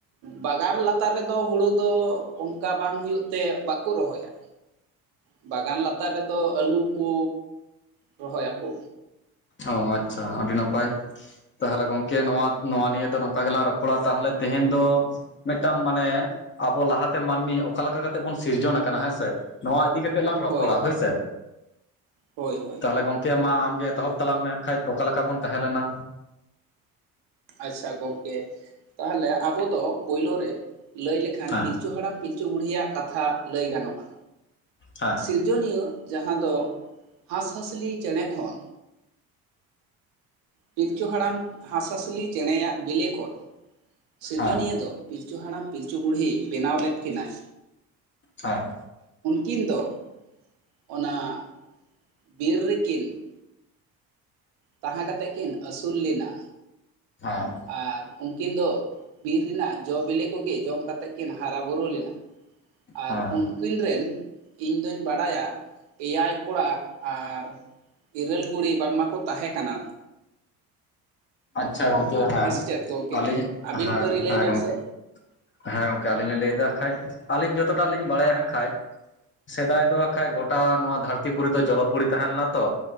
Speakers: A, on the right; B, on the left.
A: ᱵᱟᱜᱟᱱ ᱞᱟᱛᱟᱨ ᱨᱮᱫᱚ ᱦᱩᱲᱩ ᱫᱚ ᱚᱱᱠᱟ ᱵᱟᱝ ᱦᱩᱭᱩᱜ ᱛᱮ ᱵᱟᱠ ᱵᱟᱠᱚ ᱨᱚᱦᱚᱭᱟ ᱵᱟᱜᱟᱱ ᱞᱟᱛᱟᱨ ᱨᱮᱫᱚ ᱟᱹᱞᱩ ᱠᱚ ᱨᱚᱦᱚᱭᱟ ᱠᱚ
B: ᱚ ᱟᱪᱷᱟ ᱟᱹᱰᱤ ᱱᱟᱯᱟᱭ ᱛᱟᱦᱚᱞᱮ ᱜᱚᱝᱠᱮ ᱱᱚᱣᱟ ᱱᱚᱣᱟ ᱱᱤᱭᱟᱹ ᱫᱚ ᱱᱚᱝᱠᱟ ᱜᱮᱞᱟᱝ ᱨᱚᱯᱚᱲᱟ ᱛᱟᱦᱚᱞᱮ ᱛᱮᱦᱮᱧ ᱫᱚ ᱢᱤᱫᱴᱟᱝ ᱢᱟᱱᱮ ᱟᱵᱚ ᱞᱟᱦᱟᱛᱮ ᱢᱟᱹᱱᱢᱤ ᱚᱠᱟ ᱞᱮᱠᱟ ᱠᱟᱛᱮᱜ ᱵᱚᱱ ᱥᱤᱨᱡᱚᱱ ᱟᱠᱟᱱᱟ ᱦᱮᱸ ᱥᱮ ᱱᱚᱶᱟ ᱤᱫᱤ ᱠᱟᱛᱮᱜ ᱞᱟᱝ ᱨᱚᱯᱚᱲᱟ
A: ᱦᱳᱭ
B: ᱦᱳᱭᱥᱮ
A: ᱦᱳᱭ ᱦᱳᱭ
B: ᱛᱟᱦᱚᱞᱮ ᱜᱚᱝᱠᱮ ᱢᱟ ᱟᱢᱜᱮ ᱮᱛᱚᱦᱚᱵ ᱛᱟᱞᱟᱝ ᱢᱮ ᱠᱷᱟᱡ ᱚᱠᱟ ᱞᱮᱠᱟ ᱵᱚᱱ ᱛᱟᱦᱮᱸ ᱞᱮᱱᱟ
A: ᱟᱪᱪᱷᱟ ᱜᱚᱝᱠᱮ ᱛᱟᱦᱚᱞᱮ ᱟᱵᱚ ᱫᱚ ᱯᱳᱭᱞᱳ ᱨᱮ ᱞᱟᱹᱭ ᱞᱮᱠᱷᱟᱱ
B: ᱦᱮᱸ
A: ᱯᱤᱞᱪᱩ ᱦᱟᱲᱟᱢ ᱯᱤᱞᱪᱩ ᱵᱩᱲᱦᱤᱭᱟᱜ ᱠᱟᱛᱷᱟ ᱞᱟᱹᱭ ᱜᱟᱱᱚᱜᱼᱟ
B: ᱦᱮᱸ
A: ᱥᱤᱨᱡᱚᱱᱤᱭᱟᱹ ᱡᱟᱦᱟᱸ ᱫᱚ ᱦᱟᱸᱥᱼᱦᱟᱸᱥᱞᱤ ᱪᱮᱬᱮ ᱠᱷᱚᱱ ᱯᱤᱞᱪᱩ ᱦᱟᱲᱟᱢ ᱦᱟᱸᱥᱼᱦᱟᱸᱥᱞᱤ ᱪᱮᱬᱮ ᱭᱟᱜ ᱵᱤᱞᱤ ᱠᱷᱚᱱ ᱥᱤᱨᱡᱚᱱᱤᱭᱟᱹ
B: ᱦᱮᱸ
A: ᱫᱚ ᱯᱤᱞᱪᱩ ᱦᱟᱲᱟᱢ ᱯᱤᱞᱪᱩ ᱵᱩᱲᱦᱤᱭ ᱵᱮᱱᱟᱣ ᱞᱮᱫ ᱠᱤᱱᱟᱹᱭ
B: ᱦᱮᱸ
A: ᱩᱱᱠᱤᱱ ᱫᱚ ᱚᱱᱟ ᱵᱤᱨ ᱨᱮᱠᱤᱱ ᱛᱟᱦᱮᱸ ᱠᱟᱛᱮᱫ ᱠᱤᱱ ᱟᱹᱥᱩᱞ ᱞᱮᱱᱟ
B: ᱦᱮᱸ ᱦᱮᱸ
A: ᱟᱨ ᱩᱱᱠᱤᱱ ᱫᱚ ᱵᱤᱨ ᱨᱮᱱᱟᱜ ᱡᱚᱵᱤᱞᱤ ᱠᱚᱜᱮ ᱡᱚᱢ ᱠᱟ ᱠᱟᱛᱮᱫ ᱠᱤᱱ ᱦᱟᱨᱟ ᱵᱩᱨᱩ ᱞᱮᱱᱟ ᱟᱨ
B: ᱦᱮᱸ
A: ᱩᱱᱠᱤᱱ ᱨᱮᱱ ᱤᱧ ᱫᱩᱧ ᱵᱟᱰᱟᱭᱟ ᱮᱭᱟᱭ ᱠᱚᱲᱟ ᱟᱨ ᱤᱨᱟᱹᱞ ᱠᱩᱲᱤ ᱵᱟᱝᱢᱟᱠᱚ ᱛᱟᱦᱮᱸ ᱠᱟᱱᱟ
B: ᱟᱪᱷᱟ ᱜᱚᱝᱠᱮ ᱦᱮᱸ
A: ᱥᱮ ᱪᱮᱫ ᱜᱚᱢᱠᱮ
B: ᱟᱹᱞᱤᱧ
A: ᱟᱹᱵᱤᱱ
B: ᱦᱮᱸ
A: ᱯᱟᱹᱨᱤ ᱞᱟᱹᱭ
B: ᱦᱮᱸ
A: ᱵᱮᱱ
B: ᱜᱚᱝᱠᱮ
A: ᱥᱮ
B: ᱦᱮᱸ ᱜᱚᱝᱠᱮ ᱟᱹᱞᱤᱧ ᱞᱤᱧ ᱞᱟᱹᱭ ᱮᱫᱟ ᱠᱷᱟᱡ ᱟᱹᱞᱤᱧ ᱡᱚᱛᱚᱴᱟᱜ ᱞᱤᱧ ᱵᱟᱲᱟᱭᱟ ᱠᱷᱟᱡ ᱥᱮᱫᱟᱭ ᱫᱚ ᱵᱟᱠᱷᱟᱡ ᱜᱚᱴᱟ ᱱᱚᱣᱟ ᱫᱷᱟᱹᱨᱛᱤᱯᱩᱨᱤ ᱫᱚ ᱡᱚᱞᱚᱯᱩᱨᱤ ᱛᱟᱦᱮᱸ ᱞᱮᱱᱟ ᱛᱚ